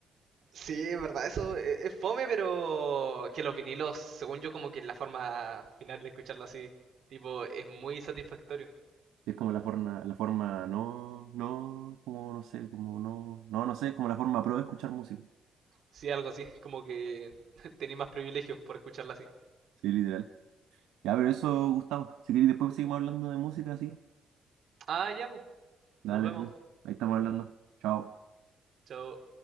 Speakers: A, on the right; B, on the right.
A: sí, es verdad, eso es, es fome, pero que los vinilos, según yo, como que la forma final de escucharlo así, tipo, es muy satisfactorio.
B: Es como la forma, la forma no, no, como no sé, como no, no, no sé, es como la forma pro de escuchar música.
A: Sí, algo así. Como que <laughs> tenía más privilegios por escucharla así.
B: Sí, literal. Ya, pero eso, Gustavo, si queréis después seguimos hablando de música, sí.
A: Ah, ya, pues.
B: Dale,
A: Nos vemos.
B: ahí estamos hablando. Chao.
A: Chao.